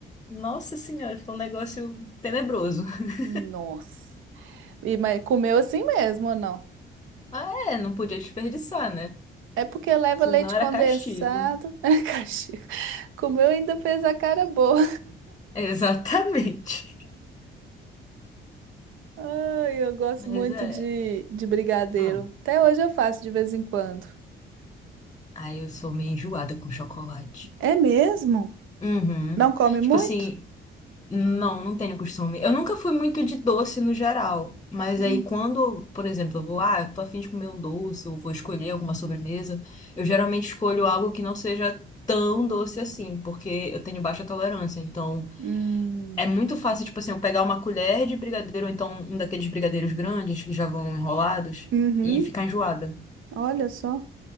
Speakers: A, on the left; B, on the right.
A: Nossa senhora, ficou um negócio tenebroso. <laughs>
B: Nossa. E, mas comeu assim mesmo ou não?
A: Ah, é, não podia desperdiçar, né?
B: É porque leva
A: Senão
B: leite
A: era
B: condensado.
A: castigo.
B: <laughs> Caxias. Comeu e ainda fez a cara boa.
A: Exatamente.
B: Ai, eu gosto
A: <laughs> Mas
B: muito
A: é.
B: de, de brigadeiro.
A: hum,
B: Até hoje eu faço de vez em quando.
A: Aí eu sou meio enjoada com chocolate.
B: É mesmo?
A: Uhum.
B: Não come
A: Tipo
B: muito?
A: assim, não, não tenho costume. Eu nunca fui muito de doce no geral, mas aí
B: Hum.
A: quando, por exemplo, eu vou, ah, eu tô a fim de comer um doce, ou vou escolher alguma sobremesa, eu geralmente escolho algo que não seja tão doce assim, porque eu tenho baixa tolerância. Então,
B: Hum.
A: é muito fácil, tipo assim, eu pegar uma colher de brigadeiro, ou então um daqueles brigadeiros grandes que já vão enrolados,
B: Uhum.
A: e ficar enjoada.
B: Olha só.